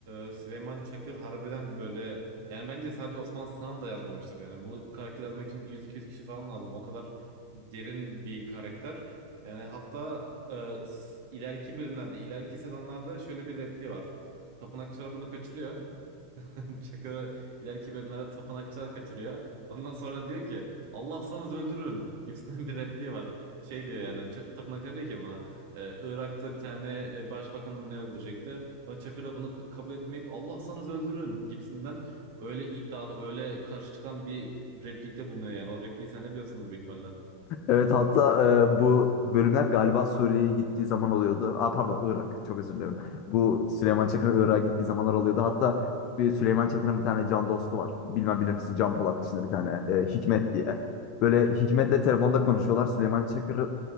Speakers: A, on the right (about 50°); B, on the left (about 40°).
A: e, Süleyman Çakır harbiden böyle yani bence sadece Osman Sınav da yazmamıştır yani. Bunu karakter yazmak için 100-200 kişi falan lazım. O kadar derin bir karakter. Yani hatta e, s- ileriki bölümlerde, ileriki sezonlarda şöyle bir repliği var. Tapınakçılar bunu kaçırıyor. <laughs> Çakır, ileriki bölümlerde tapınakçılar kaçırıyor. Ondan sonra diyor ki Allah sanız öldürün gibisinden bir repliği var. Şey diyor yani Ç- tapınakçılar diyor ki buna e, Irak'ta bir tane e, başbakanı mı ne öldürecekti. Sonra Çakır da bunu k- kabul etmeyip Allah sanız öldürün gibisinden öyle iddialı öyle karşı çıkan bir replikte bulunuyor yani. O repliği sen de biliyorsundur büyük ihtimalle.
B: Evet hatta e, bu bölümler galiba Suriye'ye gittiği zaman oluyordu. Aa, pardon Irak çok özür dilerim. Bu Süleyman Çakır'ın Irak'a gittiği zamanlar oluyordu. Hatta bir Süleyman Çakır'ın bir tane can dostu var. Bilmem bilir misin Can Polat dışında bir tane e, Hikmet diye. Böyle Hikmet'le telefonda konuşuyorlar. Süleyman Çakır